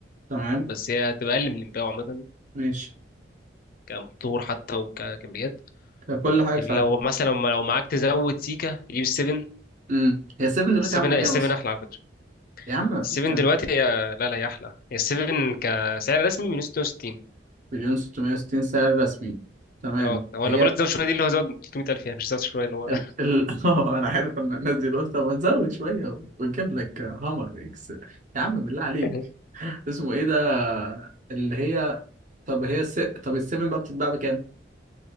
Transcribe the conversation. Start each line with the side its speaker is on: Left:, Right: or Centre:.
Right: تمام
Left: بس هي هتبقى اقل من الامباو عامه
Right: ماشي
Left: كموتور حتى وكامبيات
Right: كل حاجة
Left: لو
Right: فعلا
Left: مثلا لو معاك تزود سيكا تجيب السفن
Right: امم هي 7 دلوقتي
Left: السفن
Right: عاملة
Left: السفن
Right: كام أصلا؟
Left: احلى على فكره
Right: يا عم مفيش
Left: السفن
Right: كام
Left: دلوقتي هي لا لا هي احلى هي السفن كسعر رسمي من 66
Right: مليون 660 سعر رسمي تمام
Left: اه هو
Right: هي
Left: انا بقول لك زود شويه دي اللي هو زود 300000 يعني مش زود شويه اللي هو
Right: ال... ال... <laughs> اه انا عارف ان الناس دي قلت ما تزود شويه ونجيب لك هامر اكس يا عم بالله عليك
Left: <laughs>
Right: اسمه ايه ده اللي هي طب هي الس... طب السيفن بقى بتتباع بكام؟